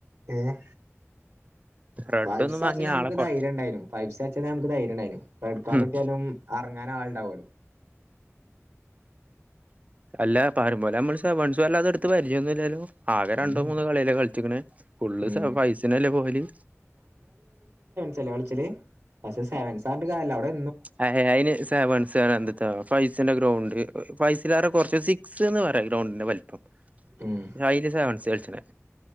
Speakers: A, on the right; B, on the right.
A: ഏഹ്
B: റെഡ്
A: ഫൈവ്സാച്ചാ
B: ഒന്നും വാങ്ങിയ
A: നമുക്ക്
B: ആളെ കൊറ
A: ധൈര്യം ഇണ്ടായിര്ന്നു ഫൈവ്സാച്ച ധൈര്യണ്ടായ്നു. റെഡ് കാർഡ്
B: ഉം
A: കിട്ടിയാലും എറങ്ങാൻ ആളുണ്ടാവല്ലോ
B: അല്ല പറയും പോലെ നമ്മൾ സവൻസു വല്ലാതെ ഇട്ത്ത് പരിചയൊന്നുല്ലല്ലോ ആകെ
A: ഉം
B: രണ്ടോ മൂന്നോ കളിയല്ലേ കളിച്ച്ക്ക്ണ് ഫുള്ള്
A: ഉം
B: സെ ഫൈവ്സിനല്ലേ പോവല്
A: ചെല്ലെ കളിച്ചല് പക്ഷെ സെവൻസാ ർഞ്ഞിട്ട് കാര്യല്ല അവ്ടെ
B: ഏ അയിന് സെവൻസർഞ്ഞാ എന്ത്ത്ത ഫൈവ്സ് ൻ്റെ ഗ്രൗണ്ട് ഫൈവ്സ്‌ലേറെ കൊർച്ച് സിക്സ് ന്ന് പറയാ ഗ്രൗണ്ടിന്റെ വല് പ്പം.
A: ഉം
B: അയില് സെവൻസി കൾച്ചിണെ